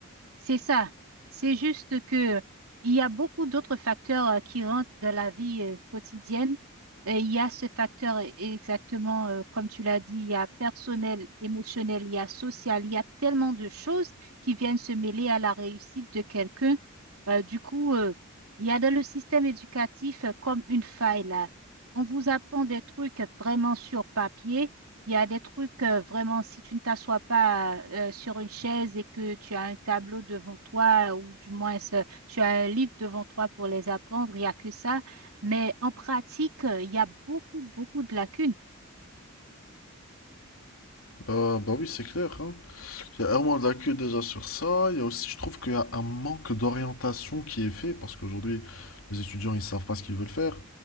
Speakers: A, on the right; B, on the left.
A: C'est ça. C'est juste que il y a beaucoup d'autres facteurs euh, qui rentrent dans la vie euh, quotidienne. Et il y a ce facteur e- exactement, euh, comme tu l'as dit, il y a personnel, émotionnel, il y a social, il y a tellement de choses qui viennent se mêler à la réussite de quelqu'un. Euh, du coup, euh, il y a dans le système éducatif euh, comme une faille là. On vous apprend des trucs vraiment sur papier il y a des trucs, euh, vraiment, si tu ne t'assois pas euh, sur une chaise et que tu as un tableau devant toi, euh, ou du moins euh, tu as un livre devant toi pour les apprendre, il n'y a que ça. Mais en pratique, euh, il y a beaucoup, beaucoup de lacunes.
B: Bah, bah oui, c'est clair, hein. Il y a vraiment de la queue déjà sur ça. Il y a aussi, je trouve qu'il y a un manque d'orientation qui est fait parce qu'aujourd'hui, les étudiants, ils savent pas ce qu'ils veulent faire.